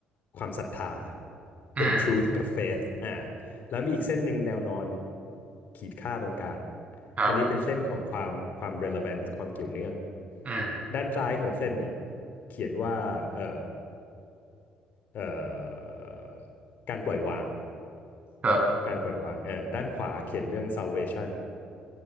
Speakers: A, on the left (about 45°); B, on the right (about 35°).
A: ความศรัทธา
B: อืม
A: เป็น truth กับ faith อ่าแล้วมีอีกเส้นหนึ่งแนวนอนขีดค่าตรงกลาง
B: ครับ
A: อันนี้เป็นเส้นของความความ relevance ความเกี่ยวเนื่อง
B: อืม
A: ด้านซ้ายของเส้นเนี่ยเขียนว่าเอ่อเอ่อการปล่อยวาง
B: ครับ
A: การปล่อยวางเออด้านขวาเขียนเรื่อง salvation